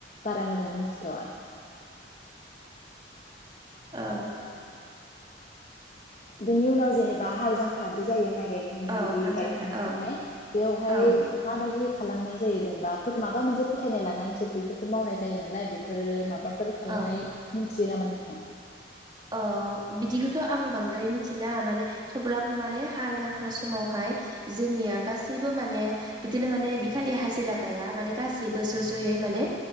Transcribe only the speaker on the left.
बारा मोजां मिनथिथ'आ
बिनि उनाव जेनेबा हाल जांख्रादि जायो माइ गायखां
बिदि
गायखांनानैहाय
बेयावहाय
माबायदि खालामनाय जायो जेनेबा फोथ माबा मोनसे फोथायनाय लानानैसो बेफोरखौ मावनाय जायो नालाय बेफोरो माबा फोर खालामनाय
मिन्थियो नामा नों थाङा